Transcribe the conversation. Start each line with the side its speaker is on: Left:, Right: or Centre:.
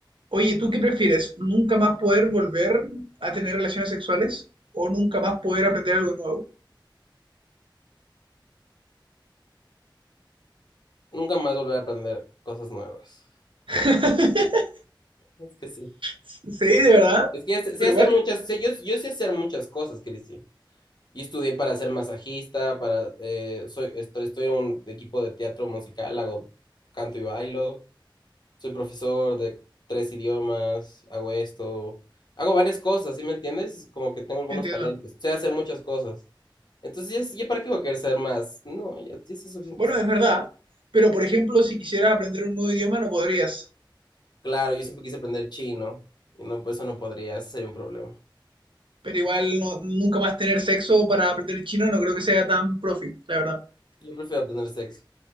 Right: Oye, ¿tú qué prefieres? ¿Nunca más poder volver a tener relaciones sexuales o nunca más poder aprender algo nuevo?
Left: Nunca más volver a aprender cosas nuevas.
Right: <laughs>
Left: Es que sí.
Right: Sí, de verdad,
Left: Es que ya sé,
Right: pero
Left: sé hacer
Right: igual
Left: muchas, sé- yo, yo sé hacer muchas cosas, Cristi. Y estudié para ser masajista, para, eh, soy, estoy, estoy en un equipo de teatro musical, hago canto y bailo. soy profesor de tres idiomas, hago esto, hago varias cosas, ¿sí me entiendes? Como que tengo algunos
Right: entiendo.
Left: talentos, sé hacer muchas cosas. Entonces, ya, es- ya para qué voy a querer saber más? No, ya, ya sé suficientes
Right: Bueno,
Left: cosas.
Right: es verdad, pero por ejemplo, si quisieras aprender un nuevo idioma no podrías,
Left: Claro, yo siempre quise aprender chino y no, pues eso no podría, ese sería un problema.
Right: pero igual no- nunca más tener sexo para aprender chino no creo que sea tan profit, la verdad.
Left: Yo prefiero tener sexo.